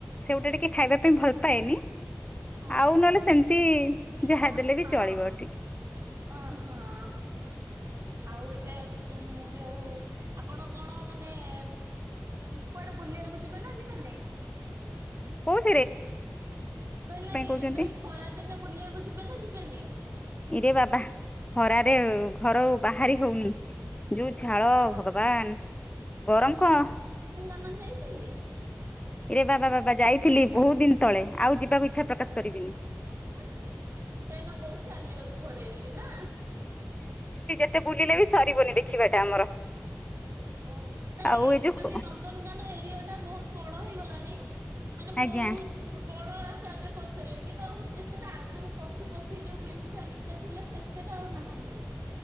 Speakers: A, on the left; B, on the right.
A: ସେଉଟା ଟିକେ ଖାଇବା ତମେ ଭଲ ପାଏନି।
B: ହଁ
A: ଆଉ ନହେଲେ
B: ହଁ
A: ସେମିତି ଯାହା ଦେଲେ ବି
B: ଓ
A: ଚଳିବ ଟିକେ
B: ହଁ ଆଉ ଏବେ ଉଁ ଯୋଉ ଆପଣ କଣ ମାନେ କୁଆଡେ ବୁଲିବାକୁ ଯିବେ ନା ଯିବେନି?
A: ଉଠ
B: ବେଲେ ଇ
A: କହୁଛନ୍ତି
B: ଏବେ ଇ ଖରା ଦିନେ ବୁଲିବାକୁ ଯିବେ ନା ଯି ଯିବେନି
A: ଇରେ ବାବା ଖରାରେ ଘର ବାହାରି ହଉନି ଯୋଉ ଝାଳ
B: ଆପ୍
A: ଭଗବାନ ଗରମ କ
B: ନା ଯାଇଛନ୍ତି?
A: ରେ ବାବା ବାବା ଯାଇଥିଲି ବହୁତ ଦିନ ତଳେ ଆଉ ଯିବାକୁ ଇଚ୍ଛା ପ୍ରକାଶ କରିବିନି।
B: ଆ କାହିଁକି ନା ବହୁତ ଚାଲିବାକୁ ପଡେଲି ନା
A: ଏତେ ବୁଲିଲେ ବି ସରିବନି ଦେଖିବାଟା ଆମର
B: ଓ ନାଇଁ
A: ଆଉ ଏଇ
B: ମାନେ
A: ଯୋଉ
B: ନନ୍ଦନକାନ ଏରିଆ ଟା ବହୁତ ବଡ ରହିଗଲାଣି ମାନେ ବହୁତ
A: ଆଜ୍ଞା
B: ବଡ କାରେ କରିସାରିଲେଣି କିନ୍ତୁ ଆଉ ଯେତେଟା ଆଗରୁ ପଶୁ ପକ୍ଷୀ ଯୋଉ ମେଞ୍ଚା ମେଞ୍ଚା ଥିଲେ ସେତେଟା ଆଉ ନାହାନ୍ତି।